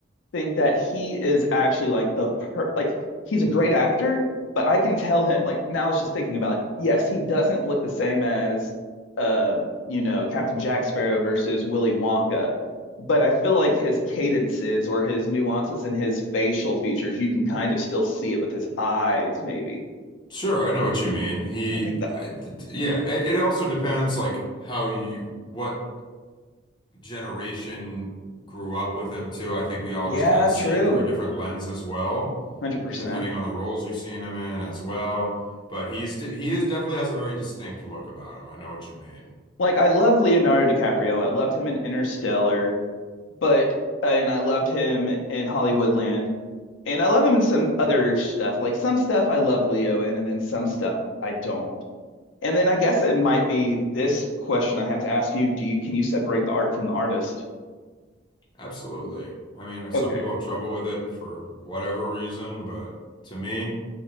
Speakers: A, on the left; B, on the left.
A: think that he is actually like the per like he's a great actor, but I can tell him like now I was just thinking about it. Yes, he doesn't look the same as uh you know Captain Jack Sparrow versus Willy Wonka, but I feel like his cadences or his nuances and his facial features, you can kind of still see it with his eyes, maybe.
B: Sure, I know what you mean. He,
A: I think that
B: I, d- d- yeah, it, it also depends like how you, what generation grew up with him too. I think we all
A: yeah,
B: just kind of
A: true.
B: see it through a different lens as well,
A: 100%.
B: depending on the roles you've seen him in as well. But he's, d- he is definitely has a very distinct look about him. I know what you mean.
A: Like I love Leonardo DiCaprio. I loved him in Interstellar, but and I loved him in Hollywoodland And I love him in some other stuff. Like some stuff I love Leo in, and then some stuff I don't. And then I guess it might be this question I have to ask you. Do you can you separate the art from the artist?
B: Absolutely. I mean, some
A: Okay.
B: people have trouble with it for whatever reason, but to me,